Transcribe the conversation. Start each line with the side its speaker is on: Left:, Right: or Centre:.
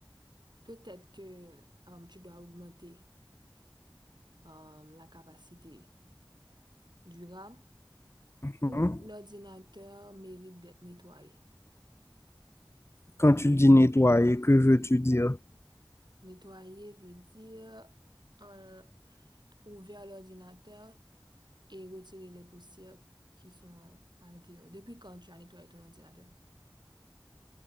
Right: Peut-être que euh, tu dois augmenter euh, la capacité du RAM
Left: Mhm.
Right: ou l'ordinateur mérite d'être nettoyé.
Left: Quand tu dis nettoyer, que veux-tu dire?
Right: Nettoyer veut dire euh, ouvrir l'ordinateur et retirer les poussières qui sont à l'intérieur. Depuis quand tu as nettoyé ton ordinateur?